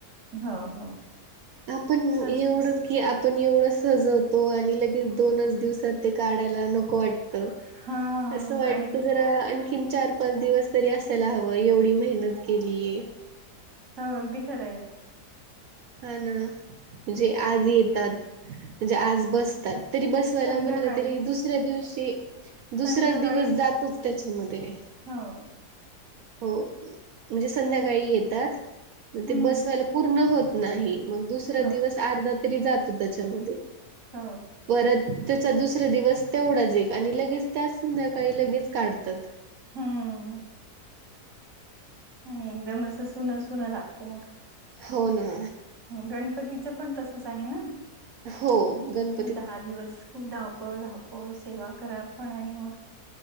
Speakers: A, on the right; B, on the right.
A: हो, हो.
B: आपण
A: सज
B: एवढं कि आपण एवढं सजवतो आणि लगेच दोनच दिवसात ते काढायला नको वाट त
A: हा
B: असं वाटत
A: आणि
B: जरा आणखी <unintelligible> चार पाच दिवस तरी असायला हवं एवढी मेहनत केलीये.
A: हा अगदी खरं आहे.
B: हा ना म्हणजे आज येतात, म्हणजे आज बसतात. तरी बसवायला
A: संध्याकाळी
B: म्हणलं तरी दुसऱ्या दिवशी दुसराच
A: संध्याकाळीच
B: दिवस जातोच त्याच्यामध्ये.
A: हो.
B: हो म्हणजे संध्याकाळी येतात
A: हम्म
B: ते बसवायला पूर्ण होत नाही मग दुसरा
A: हो
B: दिवस अर्धा तरी जातो त्याच्यामध्ये.
A: हो.
B: परत त्याचा दुसरा दिवस तेवढाच एक आणि लगेच त्याच संध्याकाळी लगेच काढतात.
A: हम्म. आणि एकदम असं सुनं सुनं लागते मग.
B: हो ना.
A: गणपतीचं पण तसंच आहे ना
B: हो गण
A: मग दहा दिवस खूप धहावपळ धावपळ सेवा करा पण आणि मग.